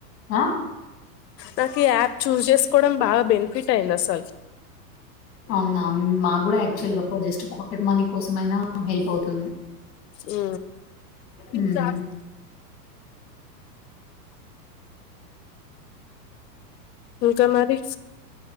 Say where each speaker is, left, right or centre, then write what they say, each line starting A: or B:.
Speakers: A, on the left (about 25°); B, on the left (about 75°).
A: ఆ
B: నాకు ఈ యాప్ చూజ్ చేసుకోవడం బాగా బెనిఫిట్ అయింది అసలు
A: అవునా మా కూడా యాక్చువల్గా జస్ట్ పాకెట్ మనీ కోసం అయిన హెల్ప్ అవుతుంది
B: ఊ
A: ఉమ్
B: దత్ ఇంకా మరి